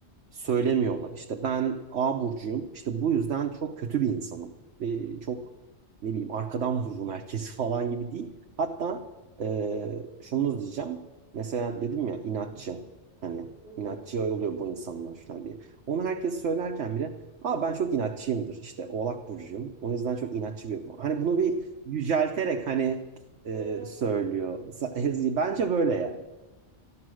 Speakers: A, on the right; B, on the left.
A: söylemiyorlar.
B: Hı hı.
A: İşte ben A burcuyum. İşte bu yüzden çok kötü bir insanım. Ve çok ne bileyim arkadan vururum herkesi <laughs> falan gibi değil. Hatta e, şunu diyeceğim. Mesela dedim ya inatçı. Hani
B: Hı
A: inatçı
B: hı.
A: oluyor bu insanlar falan diye. Onu herkes söylerken bile ama ben çok inatçıyımdır işte Oğlak burcuyum. O yüzden çok inatçı bir yapım. Hani bunu bir yücelterek hani e,
B: Hı hı.
A: söylüyor. <laughs> Bence böyle yani.